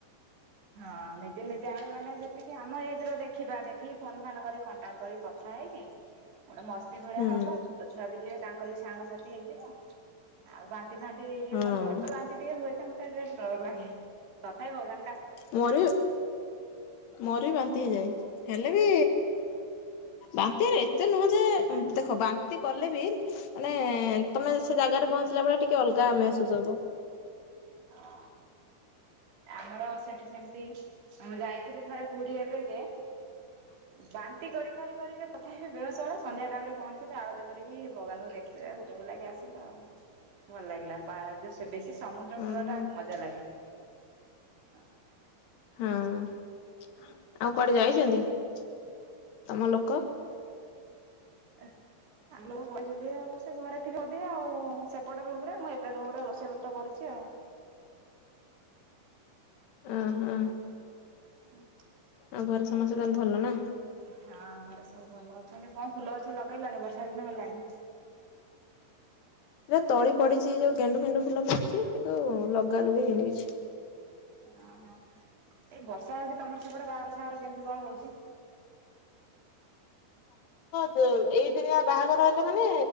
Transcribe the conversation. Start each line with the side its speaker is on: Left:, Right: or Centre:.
Right: ହଁ ନିଜେ ନିଜେ ଆମେ ମାନେ ଯେ ତିକି ଆମ ଏଜ୍ ର ଦେଖିବା ଦେଖିକି ଫୋନ ଫାନ୍ କରି କଣ୍ଟାକ୍ଟ କରି କଥା ହେଇକି ଗୋଟେ ମସ୍ତି ଭଳିଆ
Left: ହୁଁ
Right: ହବ ଛୋଟ ଛୁଆ ବି ଯିବେ ତାଙ୍କର ବି ସାଙ୍ଗସାଥି ହେଇଯିବ, ଆଉ ବା ନ୍ତି ଫାନ୍ତି ଯୋଉ
Left: ହଁ
Right: କ ମୋର ତ ବାନ୍ତି ଟିକେ ହୁଏ ଯେ ମତେ ଟିକେ ଡର ଲାଗେ, ତଥାପି ଭଗବାନ
Left: ମୋର ବି ମୋର ବି ବା ନ୍ତି ହେଇଯାଏ ହେଲେ ବି ବାନ୍ତିରେ ଏତେ ନୁହଁ ଯେ
Right: ନା
Left: ଦେଖ ବା ନ୍ତି କଲେ ବି ମାନେ ତମେ ସେ ଜାଗାରେ ପହଞ୍ଚିଲା ବେଳେ ଟିକେ ଅଲଗା ମେହେସୁସ ହବ। ହ
Right: ଅଁ। ଆମର ସେଠି ସେମିତି, ଆମେ ଯାଇଥିଲୁ ଥରେ ପୁରୀ ଏବେ ଯେ ବାନ୍ତି କରି କରି କରି ତଥାପି ସେ ବେହୋସ ହେଲା ସନ୍ଧ୍ୟା ଟାଇମରେ ପହଞ୍ଚିଲେ ଆଳତୀ କରି କି ଭଗବାନଙ୍କୁ ଦେଖି ଦେଲା ବେଳକୁ <unintelligible> ଆଜ୍ଞା ଆସିଲା ଆଉ ଭଲ ଲାଗିଲା ପା ଯୋଉ ସେ ବେଶୀ ସମୁଦ୍ର
Left: ହୁଁ
Right: କୂଳଟା ମଜା ଲାଗେ। ହ।
Left: ହଁ, ଆଉ କୁଆଡେ ଯାଇଛନ୍ତି ତମ ଲୋକ?
Right: ଆ ଆଲୋକ କହି ଯିବେ ଆଉ ସେ ଘରେ ଥିବେ ଅଧ ଆଉ ସେପଟେ ରୁମରେ ମୁଁ ଏପଟେ ରୁମରେ ରୋଷେଇ ପତ୍ର କରୁଚି।
Left: <inaudible> ଉଁ ହୁଁ।
Right: ହୁଁ।
Left: ଆଉ ଘରେ ସମସ୍ତେ ତାହେଲେ ଭଲ ନା?
Right: ହଁ ଘରେ ସବୁ ଭଲ। ତମେ କଁ ଫୁଲ ଗଛ ଲଗେଇଲଣି ବର୍ଷା ଦିନ ହେଲାଣି?
Left: ଏ ତଳି ପଡିଛି ଯୋଉ ଗେଣ୍ଡୁ ଫେଣ୍ଡୁ ଫୁଲ ଫୁଟିଛି, କିନ୍ତୁ ଲଗା ଲଗି ହେଇନି କିଛି।
Right: ଓହୋ। ଏଇ ବର୍ଷା ହଉଛି ତମର ସେପଟେ ବାହାଘର ଫାଘର କେମିତି କଣ ହଉଛି?
Left: ହଁ ଏଇ ଦିନିଆ ବାହାଘର ହେଲେ ମାନେ